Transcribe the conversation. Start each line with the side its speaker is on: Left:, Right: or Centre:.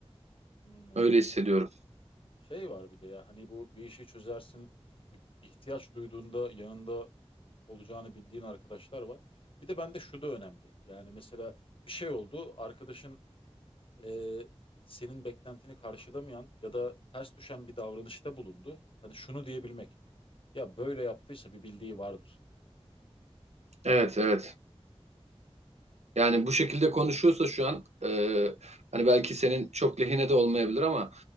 Left: Hmm.
Right: Öyle hissediyorum.
Left: Şey var bir de ya hani bu bir işi çözersin. Bir ihtiyaç duyduğunda yanında olacağını bildiğin arkadaşlar var. Bir de bende şu da önemli. Yani mesela bir şey oldu. Arkadaşın e, senin beklentini karşılamayan ya da ters düşen bir davranışta bulundu. Hani şunu diyebilmek. Ya böyle yaptıysa bir bildiği vardır.
Right: Evet evet. Yani bu şekilde konuşuyorsa şu an e, hani belki senin çok lehine de olmayabilir ama